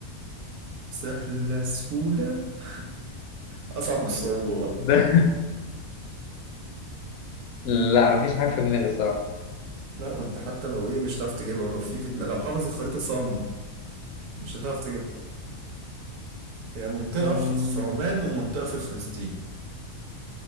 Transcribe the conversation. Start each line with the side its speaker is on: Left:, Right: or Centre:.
Right: سهلة سهولة <laughs> أصعب من الصعوبة بقى
Left: ده لا مفيش حاجة في دماغي الصراحة
Right: لا ما أنت حتى لو إيه مش هتعرف تجيبها ولو في في دماغ- لو حافظ الخريطة صم مش هتعرف تجيبها هي منطقة
Left: مم،
Right: في في عمان ومنطقة في فلسطين